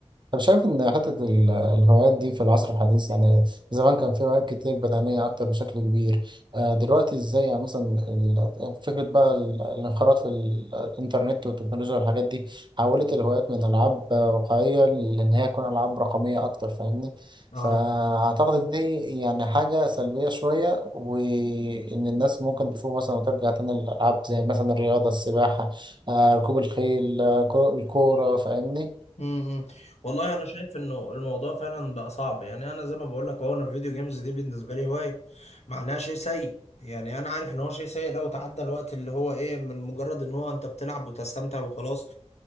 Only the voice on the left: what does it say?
اه
امم امم. والله انا شايف انه الموضوع فعلا بقى صعب يعني انا زي ما بقول لك هو انا الفيديو جيمز دي بالنسبه لي هوايه معناها شيء سيء يعني انا عارف ان هو شيء سيء لو تعدى الوقت اللي هو ايه من مجرد ان هو انت بتلعب وتستمتع وخلاص